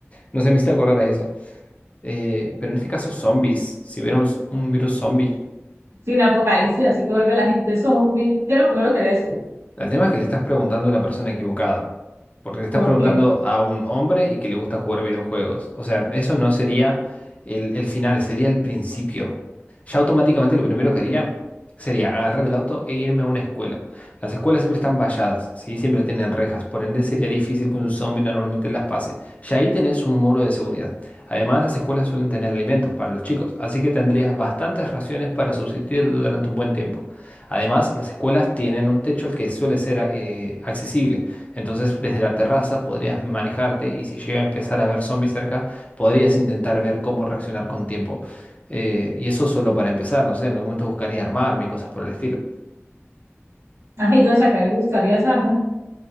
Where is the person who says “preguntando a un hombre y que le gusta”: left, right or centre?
Left